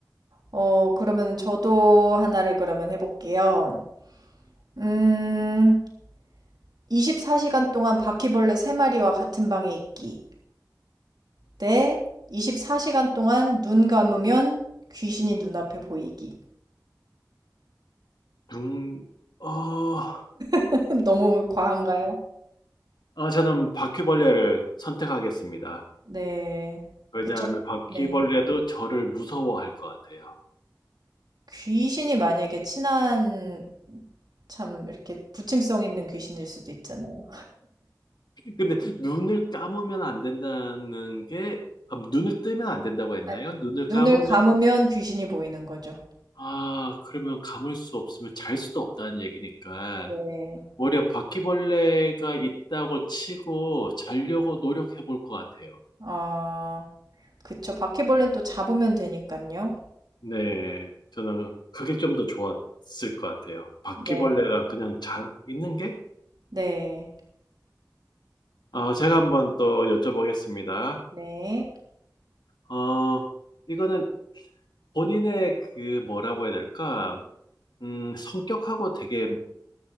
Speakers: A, on the right (about 70°); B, on the left (about 85°).
A: 어, 그러면 저도 하나를 그러면 해볼게요. 음, 24시간 동안 바퀴벌레 3마리와 같은 방에 있기. 때 24시간 동안 눈 감으면 귀신이 눈앞에 보이기.
B: 중, 어,
A: <laughs> 너무 과한가요?
B: 아, 저는 바퀴벌레를 선택하겠습니다.
A: 네.
B: 왜냐하면
A: 그쵸.
B: 바퀴벌레도
A: 네.
B: 저를 무서워할 것 같아요.
A: 귀신이 만약에 친한 참 이렇게 부침성 있는 귀신일 수도 있잖아요.
B: 근데 눈을 감으면 안 된다는 게, 아, 눈을 뜨면 안 된다고 했나요?
A: 아,
B: 눈을
A: 눈을
B: 감으면,
A: 감으면 귀신이 보이는 거죠.
B: 아, 그러면 감을 수 없으면 잘 수도 없다는 얘기니까.
A: 네.
B: 오히려 바퀴벌레가 있다고 치고 자려고 노력해 볼 것 같아요.
A: 아, 그쵸. 바퀴벌레는 또 잡으면 되니까요.
B: 네, 저는 그게 좀 더 좋았을 것 같아요. 바퀴벌레랑
A: 네.
B: 그냥 자, 있는 게?
A: 네.
B: 어, 제가 한번 또 여쭤보겠습니다.
A: 네.
B: 어, 이거는 본인의 그 뭐라고 해야 될까? 음, 성격하고 되게